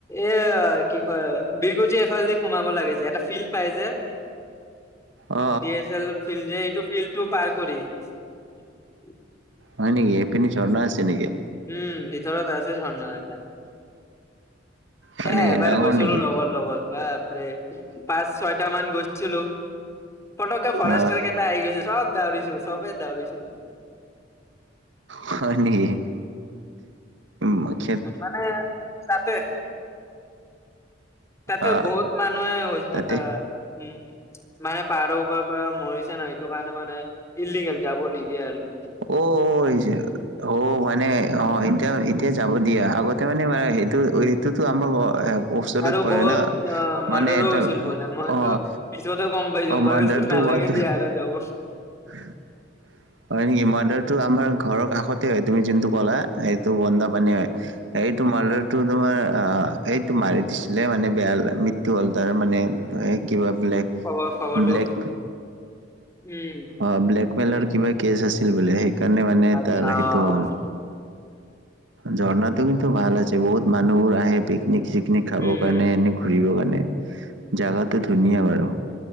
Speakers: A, on the left (about 15°); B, on the right (about 75°).
A: এ কি কয়, বিহগুটি এফালে দি সোমাব লাগে যে, এটা ফিল্ড পাই যে।
B: অ অ
A: ড এছ এল ফিল্ড যে, এইটো ফিল্ডটো পাৰ কৰি। <inaudible>
B: হয় নেকি, সেইপিনে ঝৰ্ণা আছে নেকে?
A: উম, ভিতৰত আছে ঝৰ্ণা এটা।
B: হয়
A: হে
B: নেকি
A: এবাৰ
B: ডাঙৰ
A: গৈছিলোঁ
B: নেকি
A: লগৰ লগত। বাপৰে পাঁচ, চয়টা মান গৈছিলোঁ। ফটকে ফৰেষ্টৰ
B: অ
A: কেইটা আহি গৈছে, চব দৌৰিছোঁ, চবে দৌৰিছোঁ।
B: হয় নেকি? মই
A: তাৰ মানে, তাতে। তাতে
B: আহ
A: বহুত মানুহে শুইছে,
B: তাতে
A: হা উম, মানে পাহাৰৰ ওপৰৰ পৰা মৰিছে ন, এইটো কাৰণে মানে ইলিগেল। যাব নিদিয়ে আৰু।
B: অ', অ', আহিছে অ', মানে অ', এতিয়া- এতিয়া যাব দিয়া, আগতে মানে সেইটো সেইটো আমাৰ ওচৰত
A: আৰু
B: পৰে
A: বহুত
B: ন,
A: অ মাৰ্ডাৰো
B: মানে এটাৰ
A: হৈছিল বোলে মইতো
B: অ'।
A: পিছতে গ'ম পাইছোঁ,
B: অ
A: মই
B: মাৰ্ডাৰটো
A: ভাবিছোঁ নালাগে
B: হোৱাটো
A: দিয়া আৰু যাব।
B: <inaudible> হয় নেকি? মাদাৰটো আমাৰ ঘৰৰ কাষতে হয়, তুমি জোনটো ক'লা সেইটো বন্দা পানী হয়। এইটো মাদাৰটো তোমাৰ অ', এইটো মাৰি দিছিলে মানে বেয়া টো হ'ল তাৰ মানে কিব ব্লেক
A: ক খবৰটো,
B: ব্লেক
A: উম।
B: অ', ব্লেকমেইলৰ কিবা কেছ আছিল বোলে, সেইকাৰণে মানে
A: আচ্ছা
B: তাৰ সেইটো
A: অ।
B: হ'ল। ঝৰ্ণাাটো কিন্তু ভাল আছে, বহুত মানুহবোৰ আহে পিকনিক চিকনিক খাব
A: উম
B: কাৰণে। এনে ঘূৰিব কাৰনে জগতো ধুনীয়া বাৰু।